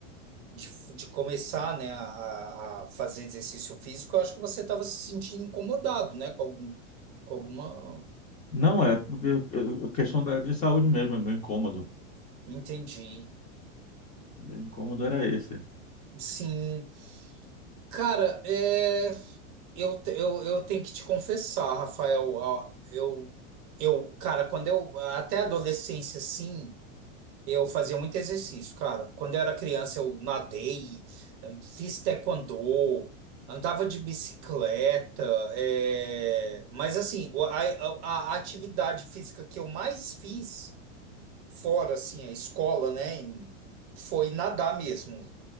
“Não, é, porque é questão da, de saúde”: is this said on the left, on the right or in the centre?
Left